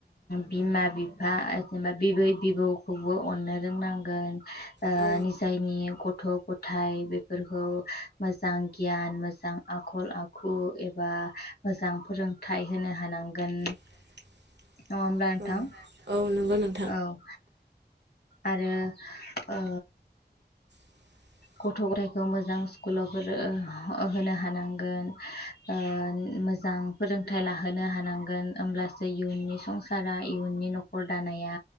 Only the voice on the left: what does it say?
बिमा बिफा जेनबा बिबै बिबौखौबो अननो रोंनांगौ। ओ
निजायनि गथ' गथाय बेफोरखौ मोजां गियान मोजां आखल आखु एबा मोजां फोरों थाइ होनो हानांगोन।
नङा होनब्ला नोंथां?
औ आरो ओ
गथ' गथायखौ मोजां स्कुलाव होनो हानांगोन। ओ मोजां फोरोंथाइ लाहोनो हानांगोन होमब्लासो इयुननि संसारा इयुननि न'खर दानाया